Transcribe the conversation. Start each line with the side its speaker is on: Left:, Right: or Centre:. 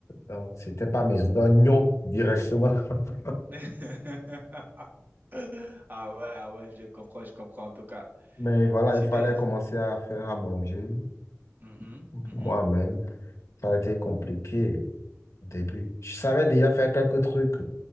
Left: donc c'était pas mes oignons directement. <laughs>
Right: <laughs> Ah ouais, ah ouais, je comprends, je comprends en tout cas.
Left: Mais voilà,
Right: Mais c'était...
Left: il fallait commencer à faire à manger
Right: Mhm,
Left: pour
Right: mhm,
Left: moi-même. Ça a été compliqué au début. Je savais déjà faire quelques trucs.